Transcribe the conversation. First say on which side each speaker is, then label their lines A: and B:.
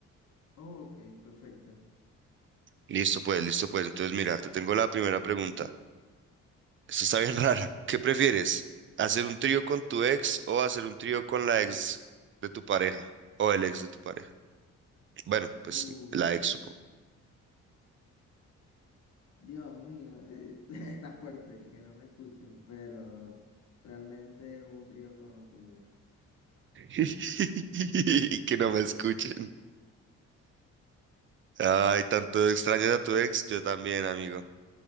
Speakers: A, on the left (about 60°); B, on the right (about 40°).
A: Ok, perfecto.
B: Listo, pues, listo, pues. Entonces, mira, te tengo la primera pregunta. Esta está bien <laughs> rara. ¿Qué prefieres? ¿Hacer un trío con tu ex o hacer un trío con la ex de tu pareja o el ex de tu pareja? Bueno, pues
A: Uh,
B: la ex,
A: uh,
B: supongo.
A: Dios mío, eh, <laughs> está fuerte y que no me escuchen, pero realmente hubo un trío con, con mi ex.
B: <laughs> Y que no me escuchen. Ay, tanto extrañas a tu ex, yo también, amigo.